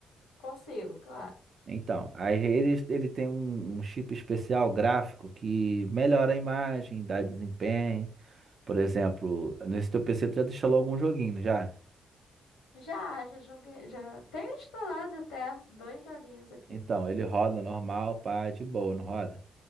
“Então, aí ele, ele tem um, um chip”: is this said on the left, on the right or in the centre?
Right